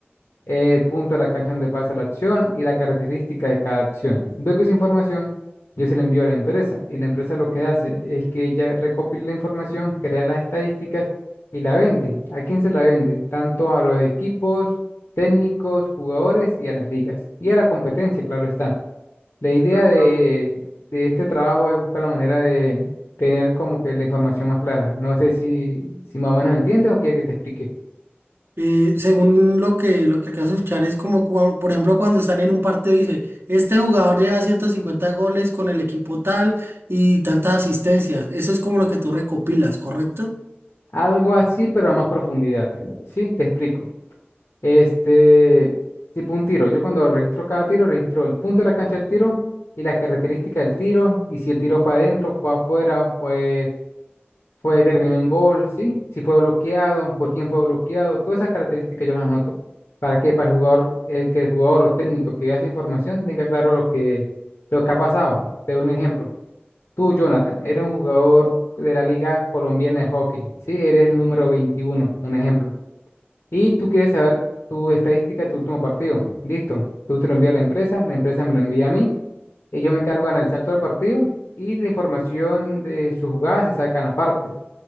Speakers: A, on the left (about 80°); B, on the right (about 65°).
A: eh, el punto de la cancha donde pasa la acción y la característica de cada acción. Luego esa información yo se la envío a la empresa y la empresa lo que hace es que ella recopila la información, crea las estadísticas y la vende. ¿A quién se la vende? Tanto a los equipos, técnicos, jugadores y a las ligas y a la competencia, claro está. La idea
B: Ah,
A: de, de este trabajo es buscar la manera de tener como que la información más clara. No sé si, si más o menos entiendes o quieres que te explique.
B: eh, según lo que, lo que acabas de escuchar, es como, cua- por ejemplo, cuando están en un partido, dice, este jugador lleva 150 goles con el equipo tal y tantas asistencias. Eso es como lo que tú recopilas, ¿correcto?
A: Algo así, pero a más profundidad. Sí, te explico. Este, tipo un tiro. Yo cuando registro cada tiro, registro el punto de la cancha del tiro y las características del tiro y si el tiro fue adentro, fue afuera, fue fue, determinó en gol, ¿sí? Si fue bloqueado, por quién fue bloqueado, todas esas características yo las anoto. ¿Para qué? Para el jugador, el que el jugador o técnico que vea esa información tenga claro lo que, lo que ha pasado. Te doy un ejemplo. Tú, Jonathan, eres un jugador de la Liga Colombiana de Hockey, ¿sí? Eres el número veintiuno un ejemplo. Y tú quieres saber tu estadística de tu último partido. Listo. Tú te lo envías a la empresa, la empresa me lo envía a mí, y yo me encargo de analizar todo el partido y la información de sus jugadas se sacan aparte.